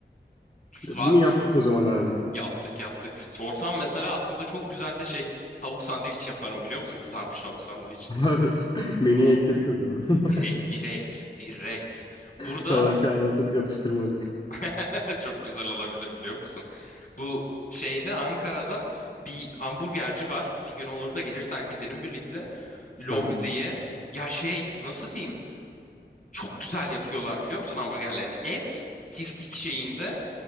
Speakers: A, on the left; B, on the left.
A: bunu
B: Va-
A: yaptık o zaman abi. <laughs>
B: Yaptık yaptık. Sorsam mesela aslında çok güzel de şey tavuk sandviç yaparım biliyor musun? Kızarmış tavuk sandviç.
A: Abi, Menüye
B: O
A: ekledik o zaman. <laughs>
B: direkt direkt direkt. Burada
A: Sabah kahvaltılık atıştırmalık.
B: <laughs> Çok güzel olabilir biliyor musun? Bu şeyde Ankara'da bir hamburgerci var. Bir gün olur da gelirsen gidelim birlikte. Log
A: Tamam.
B: diye. Ya şey nasıl diyeyim? Çok güzel yapıyorlar biliyor musun hamburgerlerini? Et tiftik şeyinde.